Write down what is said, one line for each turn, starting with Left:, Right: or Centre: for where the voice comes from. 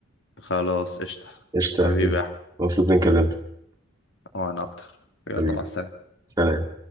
Left: خلاص قشطة
Right: قشطة
Left: حبيبي
Right: يا كده
Left: يا احمد
Right: مبسوط إني كلمتك
Left: وانا اكتر يلا
Right: حبيبي
Left: مع السلامة
Right: سلام